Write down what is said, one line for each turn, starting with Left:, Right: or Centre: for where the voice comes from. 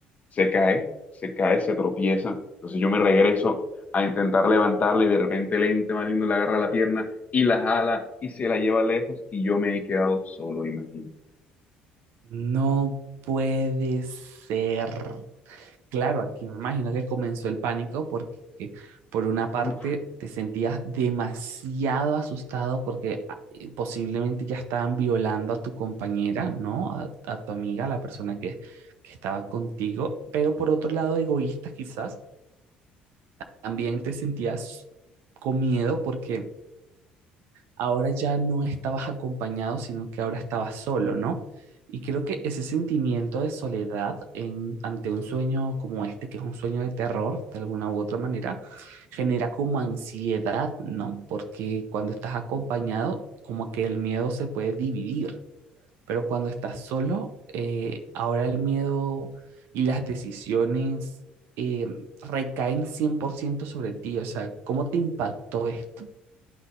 Left: se cae, se cae, se tropieza. Entonces yo me regreso a intentar levantarla y de repente lente, más lindo, le agarra la pierna y la jala y se la lleva lejos y yo me he quedado solo, imagino.
Right: No puede ser. Claro, aquí me imagino que comenzó el pánico porque por una parte
Left: Uf.
Right: te sentías demasiado asustado porque ah, eh, posiblemente ya estaban violando a tu compañera, ¿no? A, a tu amiga, a la persona que, que estaba contigo, pero por otro lado egoísta quizás También te sentías con miedo porque ahora ya no estabas acompañado, sino que ahora estabas solo, ¿no? Y creo que ese sentimiento de soledad en- ante un sueño como este, que es un sueño de terror, de alguna u otra manera, genera como ansiedad, ¿no? Porque cuando estás acompañado, como que el miedo se puede dividir. Pero cuando estás solo, eh, ahora el miedo y las decisiones eh, recaen 100% sobre ti. O sea, ¿cómo te impactó esto?